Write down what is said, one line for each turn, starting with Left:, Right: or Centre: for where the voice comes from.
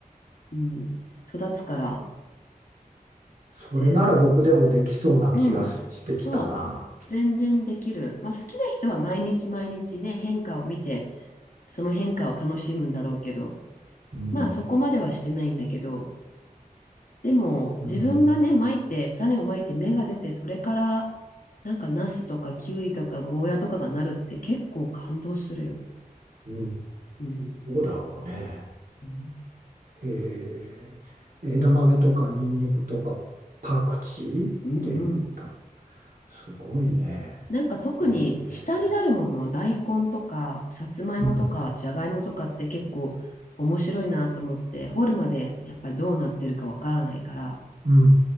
Left: うん、育つから、
Right: それなら僕でもできそうな気がしてきたな。
Left: 全、うん、そう、全然できる。まあ好きな人は毎日毎日ね、変化を見て、その変化を楽しむんだろうけど、
Right: うん。
Left: まあそこまではしてないんだけど、でも自分がね、
Right: うん。
Left: まいて、種をまいて芽が出て、それからなんかナスとかキュウリとかゴーヤとかがなるって結構感動するよ。
Right: うん。
Left: うん。
Right: どうだろうね。
Left: うん
Right: ええ、
Left: そ
Right: 枝豆とかニンニクとかパクチーって言った。
Left: ううんうん。
Right: すごいね。
Left: なんか特に下になるもの、
Right: ええ、
Left: 大根とかさつまいもとかじゃがいもとかって結構面白いなと思って、
Right: うん。
Left: 掘るまでやっぱりどうなってるかわからないから、
Right: うんうんう